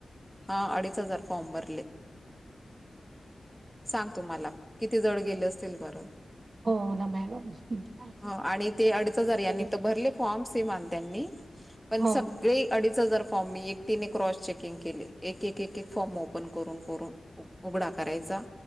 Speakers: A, in the centre; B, on the right.
A: हा अडीच हजार फॉर्म भरले. सांग तुम्हाला, किती जड गेले असतील बरं.
B: हो ना मॅडम. हम्म.
A: ह आणि ते अडीच हजार यांनी तर भरले. फॉम सिमान त्यांनी, पण
B: हो
A: स गळी अडीच हजार फॉर्म मी एकटीने क्रॉस चेकिंग केले एक एक एक फॉर्म ओपन करून करून. उघडा करायचा